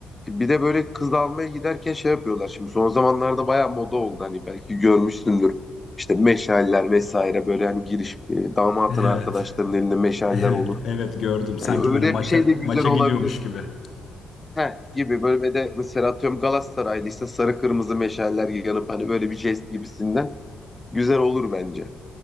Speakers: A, on the left; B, on the left.
A: Bir de böyle kız almaya giderken şey yapıyorlar şimdi. Son zamanlarda bayağı moda oldu. Hani belki görmüşsündür. İşte meşaller vesaire böyle hani giriş e, damatın
B: Evet.
A: arkadaşlarının elinde meşaller
B: Evet.
A: olur.
B: Evet gördüm. Sanki
A: Yani öyle
B: böyle maça
A: bir şey de güzel
B: maça
A: olabilir.
B: gidiyormuş gibi.
A: Heh, gibi böyle ve de mesela atıyorum Galatasaraylıysa sarı kırmızı meşaller yanıp hani böyle bir jest gibisinden güzel olur bence.